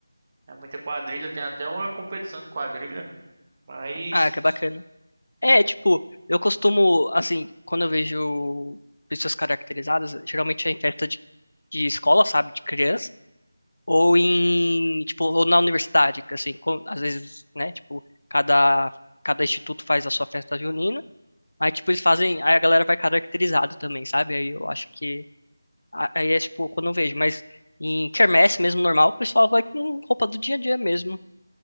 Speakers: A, on the right; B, on the left.
A: É muita quadrilha, tem até uma competição de quadrilha. Mas.
B: Ah, que bacana. É, tipo, eu costumo, assim, quando eu vejo pessoas caracterizadas, geralmente é em festa de, de escola, sabe, de criança, ou em, tipo, ou na universidade, que assim, com- às vezes, né, tipo, cada, cada instituto faz a sua festa junina, aí, tipo, eles fazem, aí a galera vai caracterizado também, sabe, aí eu acho que, a- aí é, tipo, quando eu vejo, mas em quermesse mesmo, normal, o pessoal vai com roupa do dia a dia mesmo,